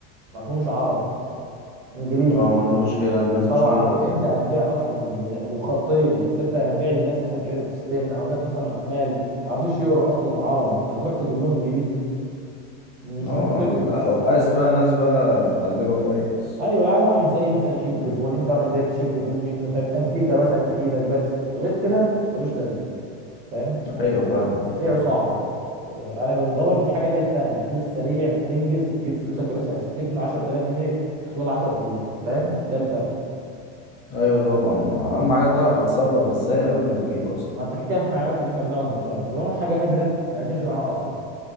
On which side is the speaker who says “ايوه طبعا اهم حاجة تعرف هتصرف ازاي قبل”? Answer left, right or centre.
Left